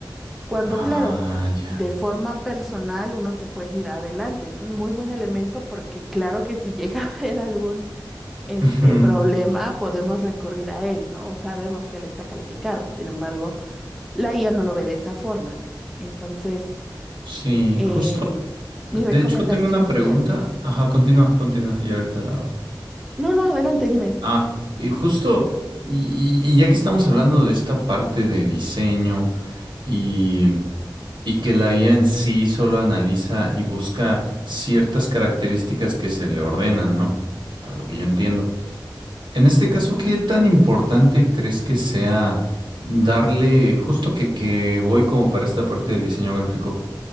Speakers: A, in the centre; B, on the right.
A: Cuando,
B: Ah,
A: claro,
B: ya.
A: de forma personal uno te puede ir adelante, es un muy buen elemento porque claro que si <laughs> llega a haber algún este
B: Ujú.
A: problema, podemos recurrir a él, ¿no? O sabemos que él está calificado. Sin embargo, la IA no lo ve de esa forma. Entonces,
B: Sí,
A: em,
B: justo.
A: mi
B: De
A: recomendación
B: hecho, tengo una pregunta.
A: sería así.
B: Ajá, continúa, continúa y ahorita la hago.
A: No, no, adelante, dime.
B: Ah, eh, justo, y, y- y ya que estamos hablando de esta parte de diseño y, y que la IA en sí solo analiza y busca ciertas características que se le ordenan, ¿no? Para lo que yo entiendo. En este caso, ¿qué tan importante crees que sea darle, justo que, que voy como para esta parte del diseño gráfico?